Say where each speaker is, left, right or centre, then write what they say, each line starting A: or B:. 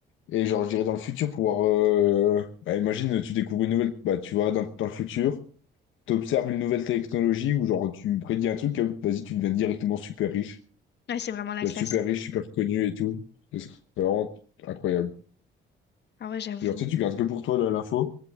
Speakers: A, on the left; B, on the left.
A: Et genre, je dirais dans le futur, pouvoir... euh, Bah, imagine, tu découvres une nouvelle... Bah, tu vas dans, dans le futur, t'observes une nouvelle technologie ou genre, tu prédis un truc, hop, vas-y, tu deviens directement super riche.
B: Ouais, c'est vraiment la
A: Tu deviens
B: classe,
A: super
B: ça.
A: riche, super connu et tout. Ce serait vraiment incroyable.
B: Ah ouais, j'avoue.
A: Et genre, tu sais, tu gardes que pour toi là, l'info.